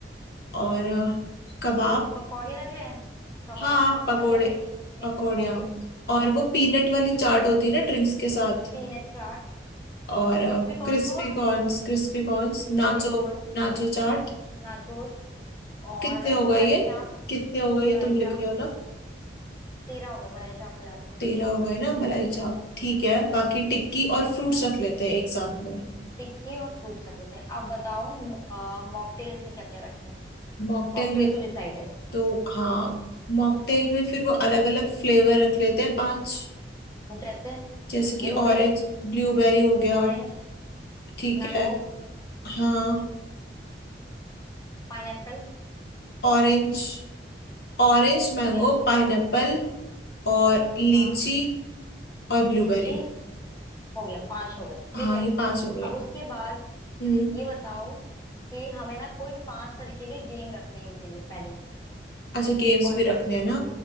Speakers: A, on the left; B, on the left.
A: और अ, कबाब
B: पकौड़े रख लें कबाब
A: हाँ
B: पकौड़िया
A: पकोड़े
B: मिक्स मिक्स
A: पकौड़िया
B: पकौड़े
A: और वो पीनट वाली चाट होती है ना ड्रिंक्स के साथ
B: पीनट चाट ठीक
A: और
B: है क्रिस्पी
A: crispy
B: कॉर्न हुआ
A: corns क्रिस्पी कॉर्न्स nacho
B: क्रिस्पी कॉर्न
A: nacho chaat
B: नाचोस और
A: कितने हो गए
B: मलाई
A: ये
B: चाप
A: कितने हो गए ये
B: मलाई
A: तुम लिख
B: चाप
A: रहे हो ना
B: तेरह हो गए मलाई चाप मिला के
A: तेरह हो गए ना मलाई चाप ठीक है बाकी टिक्की और फ्रूट्स रख लेते हैं एक साथ में
B: टिक्की और फ्रूट्स रख लेते हैं अब बताओ मॉकटेल्स में क्या क्या रखें हैं।
A: मॉकटेल
B: कॉकटेल्स
A: में
B: तो डिसाइड है
A: तो हाँ मॉकटेल में फिर वो अलग अलग फ्लेवर रख लेते हैं पांच
B: जैसे
A: जैसे कि
B: ब्लूबेरी
A: ऑरेंज ब्लूबेरी हो गया
B: ऑरेंज
A: ठीक
B: मैंगो
A: है हाँ
B: पाइनएप्पल
A: ऑरेंज ऑरेंज मैंगो
B: हो गया
A: पाइनएप्पल और लीची
B: हाँ
A: और ब्लूबेरी
B: लीची हो गया पांच हो गए ठीक
A: हाँ
B: है
A: ये पांच हो गए
B: अब उसके बाद
A: हम्म
B: ये बताओ कि हमें ना कोई पांच तरीके के गेम रखने हैं इनके लिए पहले
A: अच्छा गेम्स
B: कौन
A: भी
B: से
A: रखने
B: रखें
A: हैं ना